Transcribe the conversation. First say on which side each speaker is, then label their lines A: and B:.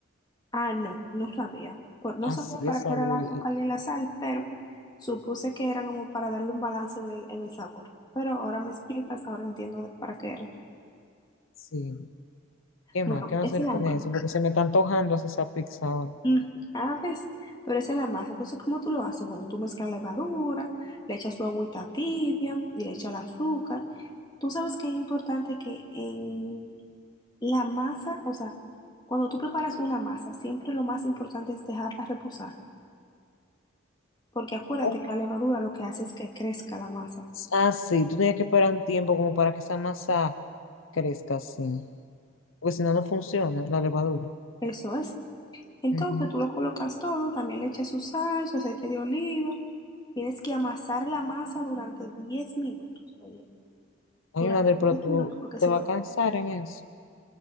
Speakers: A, on the left; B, on the left.
A: Ah, no, no sabía. Por, no
B: así
A: sabía
B: es
A: para qué
B: agrio
A: era el azúcar
B: y, y-
A: ni la sal, pero supuse que era como para darle un balance en el, en el sabor. Pero ahora me explicas, ahora entiendo de para qué era.
B: sí. ¿Qué
A: Bueno,
B: más? ¿Qué más
A: esa
B: se
A: es
B: le
A: la
B: pone
A: masa.
B: a eso? Porque se me está antojando hacer esa pizza ahora.
A: Mm, ah, ves, pero esa es la masa. Entonces, ¿cómo tú lo haces? Bueno, tú mezclas la levadura, le echas su agüita tibia y le echas el azúcar. Tú sabes que es importante que en la masa, o sea, cuando tú preparas una masa, siempre lo más importante es dejarla reposar. Porque acuérdate
B: Oh.
A: que la levadura lo que hace es que crezca la masa.
B: Ah, sí, tú tienes que esperar un tiempo como para que esa masa crezca así, porque si no, no funciona la levadura.
A: Eso es. Entonces
B: Ujú.
A: tú lo colocas todo, también le echas su sal, su aceite de oliva. Tienes que amasar la masa durante 10 minutos, oye,
B: Ay,
A: durante
B: mi madre,
A: 10
B: pero tú
A: minutos, porque si
B: te vas
A: lo,
B: a cansar en eso.